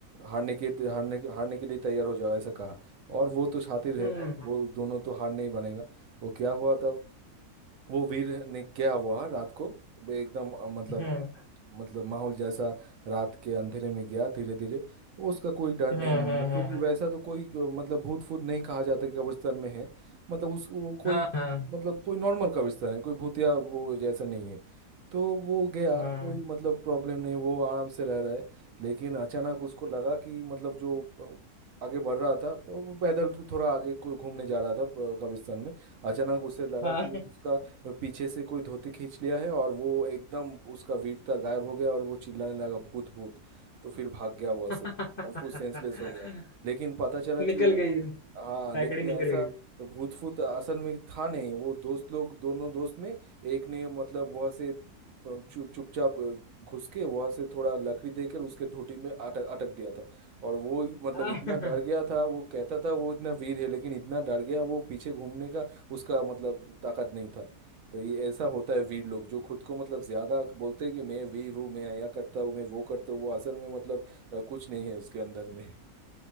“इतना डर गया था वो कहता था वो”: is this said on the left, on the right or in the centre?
Right